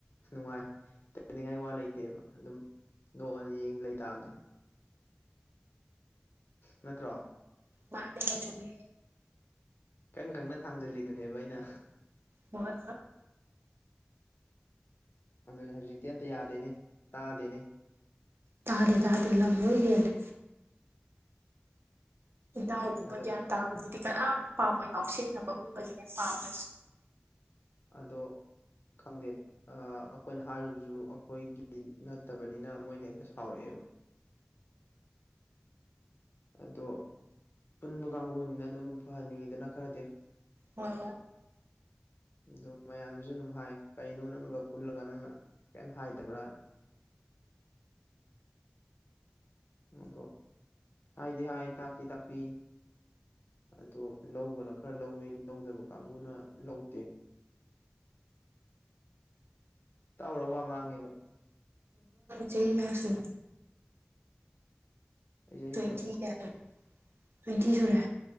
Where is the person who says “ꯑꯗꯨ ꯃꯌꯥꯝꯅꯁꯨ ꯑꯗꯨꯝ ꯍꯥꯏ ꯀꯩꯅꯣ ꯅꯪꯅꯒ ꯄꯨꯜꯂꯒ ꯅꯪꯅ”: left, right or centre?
Left